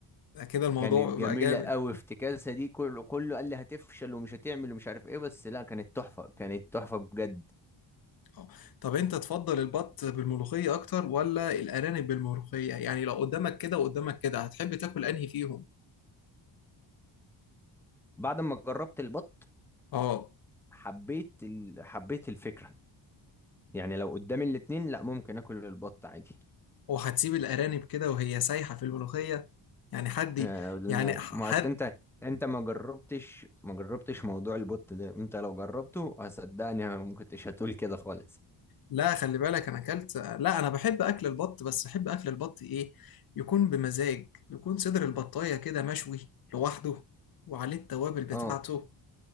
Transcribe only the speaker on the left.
كده الموضوع
بقى
جامد
آه. طب انت تفضل البط بالملوخية اكتر ولا الارانب بالملوخية يعني لو قدامك كده وقدامك كده هتحب تاكل انهي فيهم
اه
وهتسيب الارانب كده وهي سايحة في الملوخية يعني حد ي-
يعني ح-
حد
لا خلي بالك انا اكلت لا انا بحب اكل البط بس بحب اكل البط ايه يكون بمزاج يكون صدر البطاية كده مشوي لوحده وعليه التوابل بتاعته